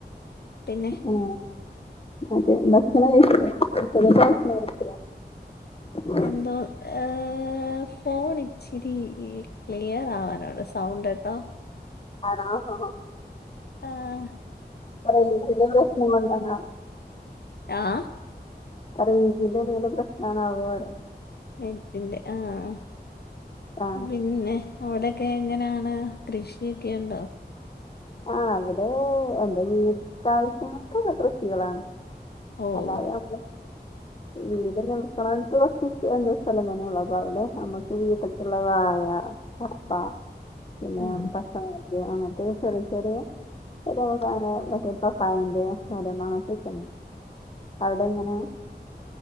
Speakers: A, on the left (about 65°); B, on the left (about 35°).
A: പിന്നെ
B: ആ, <unintelligible>
A: എന്തോ എആ ഫോൺ ഇച്ചിരി ക്ലിയർ ആവാനോണ്ട് സൗണ്ട് എട്ടോ
B: ആണോ ആഹാ
A: ആഹ
B: റേഞ്ച് ന്റെ പ്രശ്നം കൊണ്ടണ
A: ആഹ
B: റേഞ്ച് ന്റെ എന്തേലും പ്രശ്നം ആണോ <inaudible>
A: നെറ്റിൻന്റെ ആഹ
B: ആ
A: പിന്നെ അവിടെക്കെ എങ്ങനെ ആണ് കൃഷി ഒക്കെയുണ്ടോ
B: ആഹ അവിടെ എന്താ വീട്ടാവശ്യങ്ങൾക്കക്കെ കൃഷികളാണ്
A: ഓഹ്
B: അല്ലാതെ അ
A: <unintelligible>
B: വീട് നിൽക്കണം തോ എന്ത സ്ഥല തനെയ ഉള്ളപ്പ അവിടെ നമ്മുക്ക് വീട്ടൊക്കെുള്ളതായാ കപ്പ പിന്നെ
A: ആഹ്
B: പച്ചമുളക് അങ്ങനത്തെ ചെ ചെറിയ നമുക്ക് അങ്ങനെ മറ്റേ പത്തായന്റെ അടെന്ന അങ്ങക്ക അവിടെ എങ്ങനെ